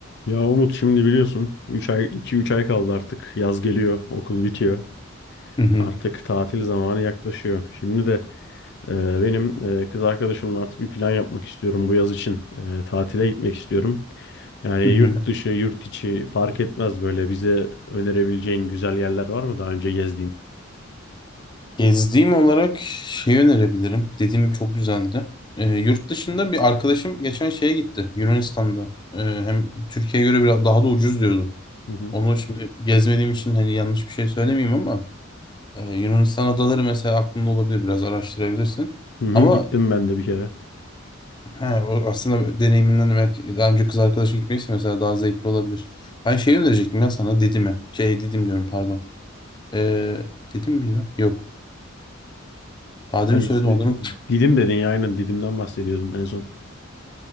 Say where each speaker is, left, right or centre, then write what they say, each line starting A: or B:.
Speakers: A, on the left; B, on the left.
A: Ya Umut şimdi biliyorsun 3 ay 2-3 ay kaldı artık. Yaz geliyor, okul bitiyor.
B: Hı hı,
A: Artık tatil zamanı yaklaşıyor. Şimdi de e, benim e, kız arkadaşımla artık bir plan yapmak istiyorum bu yaz için. E, tatile gitmek istiyorum. Yani
B: hı
A: yurt
B: hı.
A: dışı, yurt içi fark etmez böyle bize önerebileceğin güzel yerler var mı daha önce gezdiğin?
B: Gezdiğim olarak şey önerebilirim. Dediğim çok güzeldi. Ee, yurt dışında bir arkadaşım geçen şeye gitti. Yunanistan'da. Ee, hem Türkiye'ye göre biraz daha da ucuz diyordu.
A: Hı hı.
B: Onu şimdi gezmediğim için hani yanlış bir şey söylemeyeyim ama e, Yunanistan adaları mesela aklında olabilir. Biraz araştırabilirsin.
A: Hı hı,
B: Ama
A: gittim ben de bir kere.
B: he, o aslında deneyiminden de belki daha önce kız arkadaşı gitmeyse mesela daha zevkli olabilir. Ben şey önerecektim ya sana Didim'e. Şey Didim diyorum pardon. Ee, Didim mi ya? Yok. Daha
A: Hangisi?
B: demin söyledim adını
A: Didim dedin ya aynen Didim'den bahsediyordun en son.